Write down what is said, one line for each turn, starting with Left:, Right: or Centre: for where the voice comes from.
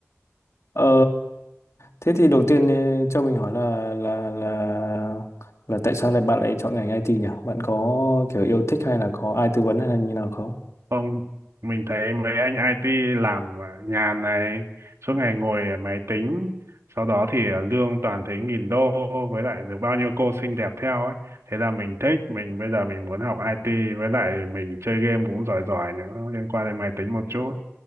Left: Ờ, thế thì đầu tiên eh, cho mình hỏi là là là là tại sao lại bạn lại chọn ngành IT nhỉ? Bạn có kiểu yêu thích hay là có ai tư vấn hay là như nào không?
Right: Không, mình thấy mấy anh IT làm à, nhàn này, suốt ngày ngồi ở máy tính, sau đó thì à, lương toàn thấy nghìn đô với lại được bao nhiêu cô xinh đẹp theo ấy. Thế là mình thích, mình bây giờ mình muốn học IT với lại mình chơi game cũng giỏi giỏi nữa liên quan đến máy tính một chút.